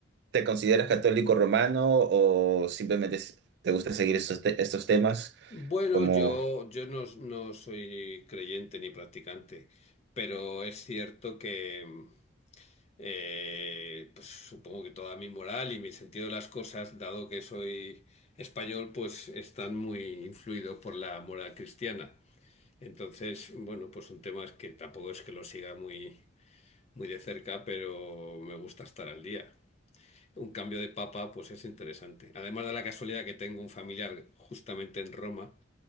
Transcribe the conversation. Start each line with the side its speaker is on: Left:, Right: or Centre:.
Right: ¿Te consideras católico romano o simplemente es- te gusta seguir estos, te- estos temas?
Left: Bueno,
Right: Como,
Left: yo, yo no, no soy creyente ni practicante, pero es cierto que mm, eh, pues, supongo que toda mi moral y mi sentido de las cosas, dado que soy español, pues están muy influidos por la moral cristiana. Entonces, bueno, pues son temas que tampoco es que lo siga muy, muy de cerca, pero me gusta estar al día. Un cambio de papa, pues es interesante. Además de la casualidad que tengo un familiar justamente en Roma.